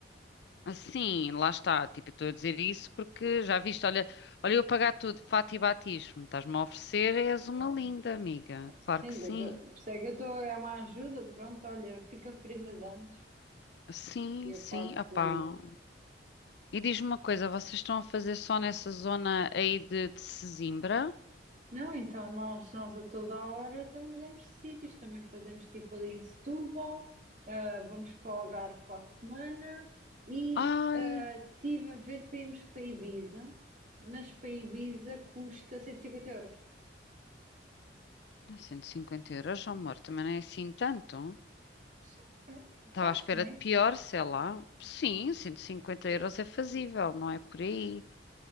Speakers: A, on the left; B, on the right.
A: assim, lá está, tipo, eu estou a dizer isso porque já viste, olha, olha eu pagar tudo, fato e batismo, estás-me a oferecer, és
B: não.
A: uma linda, amiga, claro
B: Sim,
A: que sim.
B: eu estou, percebe, eu estou, é uma ajuda, pronto, olha, fica prenda de anos,
A: Sim,
B: porque a
A: sim,
B: parte
A: opá.
B: do,
A: E diz-me uma coisa, vocês estão a fazer só nessa zona aí de, de Sesimbra?
B: Não, então nós, nós a toda a hora também mudamos de sítios, também fazemos tipo ali em Setúbal, ah, vamos para o Algarve para a semana e
A: Ai.
B: ah, tive a ver para irmos para Ibiza, mas para Ibiza custa 150 euros.
A: Ah, 150 euros, oh, amor, também não é assim tanto.
B: Sim, pronto,
A: Estava
B: faz,
A: à espera
B: né?
A: de pior, sei lá. Sim, 150 euros é fazível, não é por aí.